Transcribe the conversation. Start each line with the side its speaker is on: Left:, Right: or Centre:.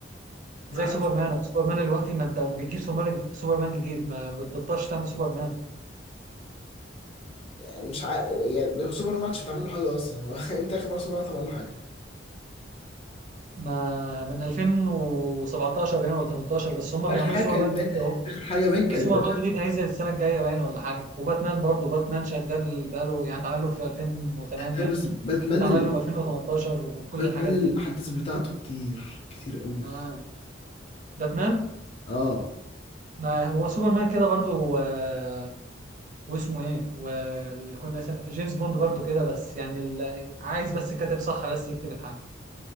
Left: ما
Right: زي
Left: عارف
Right: سوبرمان او سوبرمان دلوقتي ما انت بتجيب سوبرمان سوبرمان جديد ما بتبطلش تعمل سوبرمان
Left: يعني مش عارف يعني سوبر ماتش بتعمل له حاجه اصلا هو <laughs> امتى اخر مره سوبر ماتش عمل له حاجه
Right: ما من 2017 باين ولا 18 بس هم
Left: اخر
Right: بيعملوا
Left: حاجه
Right: سوبرمان
Left: كان
Right: جديد
Left: ده
Right: اهو
Left: اخر حاجه باين كانت
Right: في سوبرمان
Left: باتمان
Right: جديد هينزل السنه الجايه باين ولا حاجه وباتمان برضه باتمان شغال بقاله يعني اتعمل له في 2008
Left: آه بس باتمان
Right: واتعمل له 2018 وكل
Left: باتمان
Right: الحاجات دي
Left: الاحداث بتاعته كتير كتير قوي
Right: آه. باتمان
Left: اه
Right: ما هو سوبرمان كده برضه آه، واسمه ايه واللي كنا لسه- جيمس بوند برضه كده بس يعني ال- عايز بس كاتب صح بس يكتب الحاجه